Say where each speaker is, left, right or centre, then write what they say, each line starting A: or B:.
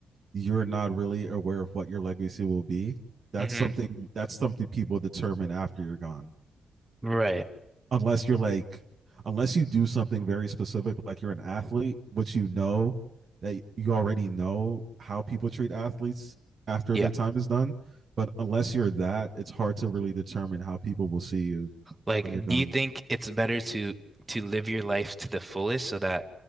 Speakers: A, on the right; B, on the right.
A: you're not really aware of what your legacy will be. That's
B: hmm
A: something that's something people determine after you're gone.
B: Right.
A: unless you're like unless you do something very specific like you're an athlete which you know that you already know how people treat athletes after
B: Yeah.
A: their time is done but unless you're that it's hard to really determine how people will see you
B: Like,
A: when you're gone
B: do you think it's better to to live your life to the fullest so that